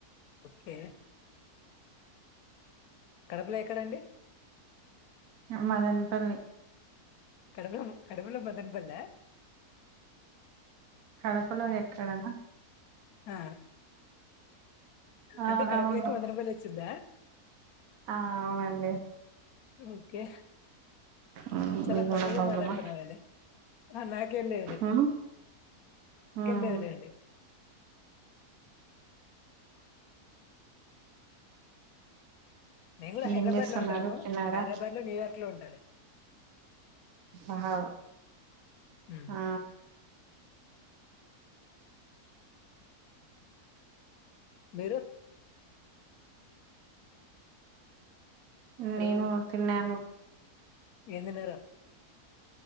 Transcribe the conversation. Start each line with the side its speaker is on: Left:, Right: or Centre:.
Left: ఓకే. కడపలో ఎక్కడండి?
Right: మదనపల్లి.
Left: కడపలో కడపలో మదన్ పల్లి ఆ
Right: కడపలో ఎక్కడనా
Left: ఆ
Right: ఆ
Left: అంటే కడపలోకి
Right: అవును
Left: వంద రూపాయలు వచ్చిందా
Right: ఆ అవునండి
Left: ఓకే
Right: ఉమ్
Left: చాల
Right: మీకున్న
Left: ఫనిగా
Right: ప్రాబ్లమా
Left: మాట్లాడుతున్నారు అండి అ నాక ఏంది
Right: ఉమ్ ఉమ్
Left: లేదు లేండి నేను కూడా హైదరాబాద్
Right: ఏం చేస్తున్నారు
Left: లో ఉంటాను
Right: తిన్నారా
Left: హైదరాబాద్ లో న్యూయార్క్ లో ఉంటాను
Right: అ
Left: ఉమ్.
Right: ఆ
Left: మీరు హలో
Right: నేను తిన్నాను
Left: ఏం తిన్నారు